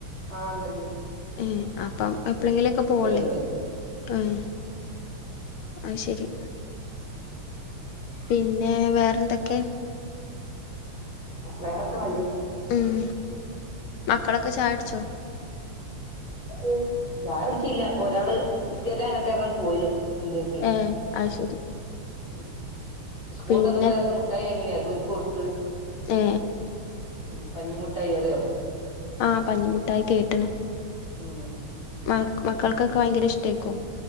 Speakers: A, on the left; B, on the left.
A: ആ ണ്ട്ണ്ട്
B: ഏ അപ്പം എപ്പഴെങ്കിലൊക്കെ പോവൊള്ളെ
A: ഉണ്ട്
B: ഉം അഹ് ശരി പിന്നെ വേറെന്തൊക്കെ
A: വേറൊക്കെ നല്ലഹ്
B: ഉം മക്കളൊക്കെ ചായുട്ച്ചോ
A: ഉം ചായുട്ച്ചീല്ല ഒരാള് ബിസ്കറ്റ് മാങ്ങട്ടെ പറഞ്ഞാണ്ട് പോയിനു പീടിയേക്ക്
B: ഏ അയ് ശരി
A: ഉം സ്കൂൾട്ടന്നപ്പോ
B: പിന്നെ
A: ലെസം മുട്ടായി വാങ്ങി നി അത് ഓല്ക്ക് കൊടുത്ത്
B: ഏ
A: ഉം പഞ്ഞിമുട്ടായി അറിയോ?
B: ആ പഞ്ഞിമുട്ടായി കേട്ട്ണ്
A: ആഹ്
B: മ മക്കൾക്കൊക്കെ ഭയങ്കര ഇഷ്ടയ്ക്കും